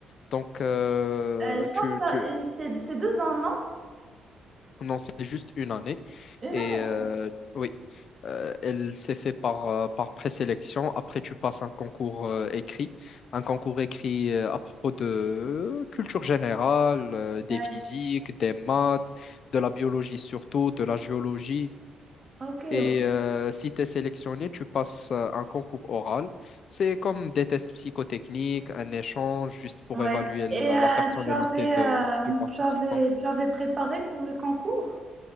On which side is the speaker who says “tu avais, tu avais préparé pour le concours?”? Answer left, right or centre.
Right